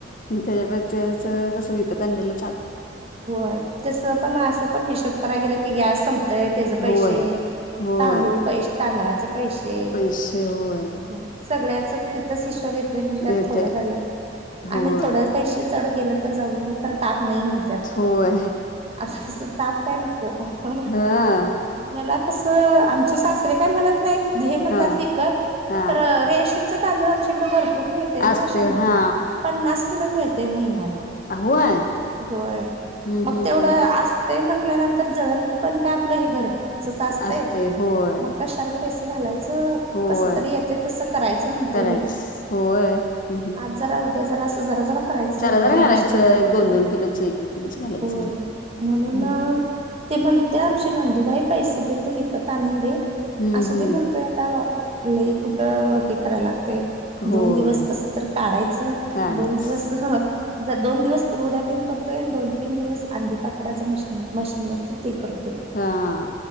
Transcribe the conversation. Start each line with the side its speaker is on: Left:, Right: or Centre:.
Left: हुं त्याच्या पेक्षा तर कस विकत आणलेल
Right: होय तस पण आस पण हिशेब कराय गेल की की गॅस संप तर त्याच पैसेे
Left: होय होय
Right: तांदूळ पैश तांदळाच पैसेे
Left: पैसे होय
Right: हो सगळ्याच तिथं हिशोब <unintelligible> ते म्हणत्यात
Left: येतय
Right: थोड घालत
Left: होय
Right: आणि थोड पैसे चढ गेल तर जाऊन दे खर ताप नाही म्हणत्यात
Left: होय
Right: आस कस ताप हॅलो हो
Left: हा
Right: मेलाक कसं आमचे सासरे काय म्हणत नहीत. हे म्हणतात
Left: हा
Right: विकत
Left: हा
Right: खरं रेशनच तांदुळ आमच्याकडे भर पूर्ण येतना
Left: असते
Right: शं
Left: हा
Right: पन्नास किलो मिळतय महिन्याला
Left: होय.
Right: होय
Left: हम्म
Right: मग
Left: हम्म
Right: तेवढ
Left: हम्म
Right: आस ते म्हटल्यानंतर जळण पण काय आपल हे घर असंच असतय
Left: असते होय
Right: मग कशाला पैसे झालय.
Left: होय
Right: कस तरी येतय तस करायच म्हणतोय
Left: करायच
Right: मी
Left: होय हं हं
Right: आज जरा ते जरास जरा जरा करायचं
Left: जरा
Right: एकदम
Left: जरा घालायचं
Right: कशाला करायचं.
Left: एक दोन दोन किलोच एक एक किलोच घालायचं
Right: होय म्हणूनना
Left: हम्म
Right: ती म्हणत्या आमची नंदुबाई. पैसे देतो विकत आणून दे.
Left: हम्म
Right: असु दे म्हणतोय आता लई कुठं हे करायला.
Left: होय
Right: दोन दिवस कसं तर काढायचं
Left: काढायच
Right: दोन दिवस जर दोन दिवस कुरवड्यात तेन करतोय आणि दोन तीन दिवस अंडीपापडाचं मशनरी मशनरीचं ते कर
Left: हां